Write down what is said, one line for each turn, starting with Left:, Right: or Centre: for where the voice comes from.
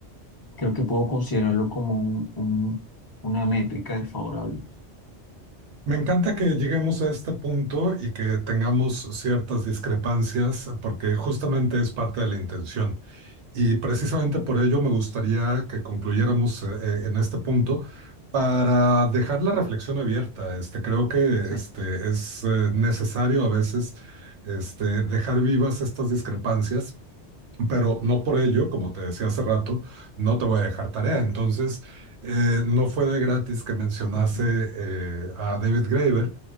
Left: creo que puedo considerarlo como un, un- una métrica desfavorable.
Right: Me encanta que lleguemos a este punto y que tengamos ciertas discrepancias, porque justamente es parte de la intención. Y precisamente por ello me gustaría que concluyéramos eh, en este punto para dejar la reflexión abierta. Este, creo que
Left: Sí.
Right: este, es eh, necesario a veces este, dejar vivas estas discrepancias pero no por ello, como te decía hace rato, no te voy a dejar tarea. Entonces, eh, no fue de gratis que mencionase
Left: Ujú.
Right: eh, a David Graeber.